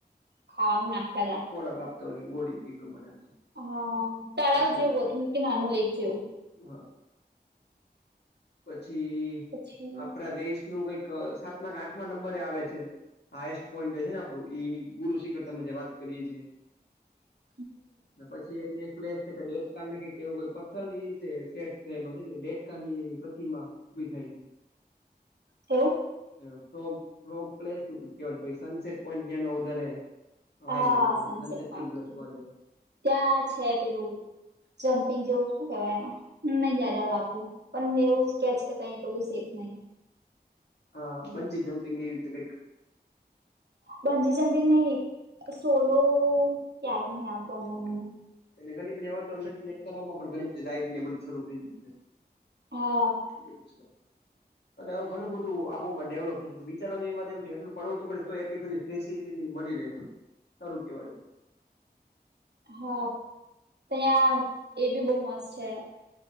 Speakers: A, on the right (about 85°); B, on the left (about 80°).
A: ખવાનું નાખતા તા.
B: ખોરાક આપતા હોય ગોળી પી પ્રમાણે.
A: હ, તળાવ
B: પછી
A: જેવું હતું કે નાનું લેક જેવું.
B: હા. પછી,
A: પછી
B: આપણા દેશનું કઈક સાતમા આઠમા નંબરે આવે છે. હાયેસ્ટ પોઈન્ટ જે છે ને આપડું ગુરુ શિખર તમે જે વાત કરીએ છીએ.
A: <inaudible>
B: ને પછી ઈ એક ને એક પ્લેસ છે કે ડેટકા ને કંઈક કેવું હોય પથ્થર ઇ છે સેટ થયેલો છે કે ડેટકાની ગત ઇમા ઉભી થાય છે.
A: તો?
B: અ ફ્રોગ-ફ્રોગ પ્લેસ ક-કેવાય છે કે ભાઈ સનસેટ ન્યાનો પોઈન્ટ વધારે. વાયરલ
A: હા
B: છે સનસેટ પણ
A: પોઈન્ટ
B: બધા જાય.
A: ત્યાં છે પેલું જમ્પિંગ જેવું શું કેવાય એને. નહી યાદવ રાખું પણ એવું સ્કેચ કે કઈ તો સેફ નહીં.
B: હા બન્જી જંપિંગ નવી તે કઇક.
A: બનજી જનપીંગ નહી સોલો યાદ નહિ આવતો હમણાં મને.
B: અને ઘરની બધી હવા તો અલગથી લાઈટ કરવામાં પણ ઘણી બધી ડાયટ ને બધું શરૂ થઈ ગયું છે.
A: હા.
B: <unintelligible> અને હવે ઘણું બધું આબુ માં ડેવલપ થયુ છે વિચારો જેવી વાત એવું કે એટલું પર્વત ઉપર છે તોય એટલી બધી ફેસિલીટી ની મળી રહે છે, સારું કેવાય.
A: હા, તે આ એ બી બહ મસ્ત છે.